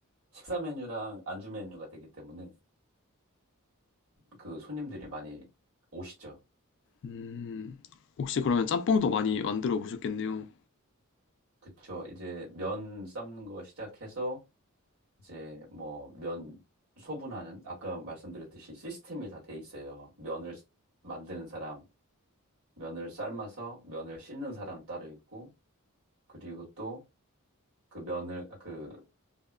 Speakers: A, on the right; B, on the left.
A: 식사 메뉴랑 안주 메뉴가 되기 때문에 그 손님들이 많이 오시죠.
B: 음, 혹시 그러면 짬뽕도 많이 만들어 보셨겠네요.
A: 그쵸. 이제 면 삶는 거 시작해서 이제 뭐 면 소분하는 아까 말씀드렸듯이 시스템이 다 돼 있어요. 면을 만드는 사람, 면을 삶아서 면을 씻는 사람 따로 있고 그리고 또 그 면을 아, 그